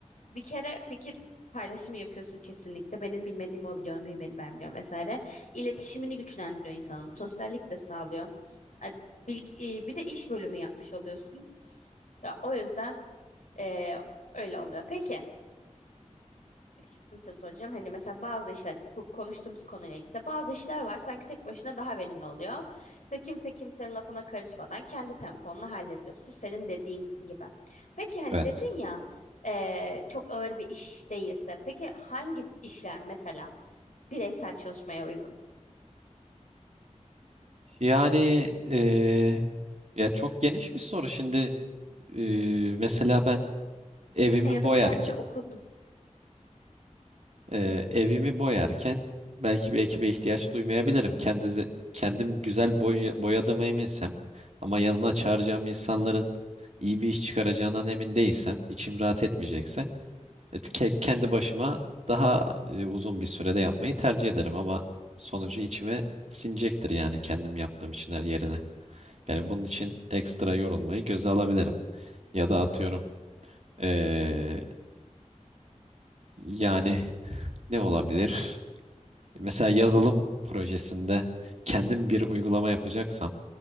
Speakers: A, on the left; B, on the right.
A: bir kere fikir paylaşımı yapıyorsun kesinlikle. Benim bilmediğimi o biliyor, bilmedi ben biliyorum vesaire. İletişimini güçlendiriyor insanın. Sosyallik de sağlıyor. A- Bilgi, e, bir de iş bölümü yapmış oluyorsun. Ya o yüzden e, öyle oluyor. Peki. Bir de şöyle bir şey soracağım. Hani mesela bazı işler bu konuştuğumuz konuyla ilgili. Bazı işler var sanki tek başına daha verimli oluyor. İşte kimse kimsenin lafına karışmadan kendi temponla hallediyorsun. Senin dediğin gibi. Peki hani
B: Evet.
A: dedin ya eee, çok ağır bir iş değilse. Peki hangi işler mesela bireysel çalışmaya uygun?
B: Yani eee, ya çok geniş bir soru. Şimdi eee, mesela ben evimi
A: E, Ya
B: boyarken
A: da kendi okudun.
B: eee, evimi boyarken belki bir ekibe ihtiyaç duymayabilirim. Kendi kendim güzel boy, boyadığıma eminsem ama yanıma çağıracağım insanların iyi bir iş çıkaracağından emin değilsem, içim rahat etmeyecekse et- ke- kendi başıma daha e, uzun bir sürede yapmayı tercih ederim ama sonucu içime sinecektir yani kendim yaptığım için her yerine. Yani bunun için ekstra yorulmayı göze alabilirim. Ya da atıyorum eee, yani ne olabilir? Mesela yazılım projesinde kendim bir uygulama yapacaksam